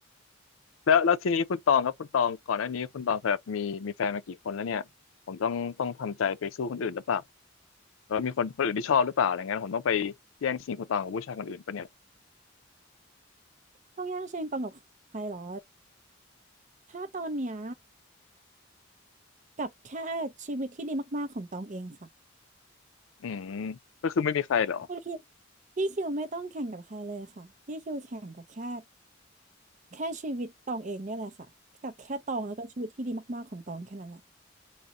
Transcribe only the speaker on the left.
<laughs> แล้วแล้วทีนี้คุณตองครับคุณตองก่อนหน้านี้คุณตองเคยแบบมีมีแฟนมากี่คนแล้วเนี่ยผมต้องต้องทำใจไปสู้คนอื่นหรือเปล่าแล้วามีคนคนอื่นที่ชอบหรือเปล่าอะไรเงี้ยผมต้องไปแย่งชิงคุณตองกับผู้ชายคนอื่นปะเนี่ย
อืมก็คือไม่มีใครเหรอ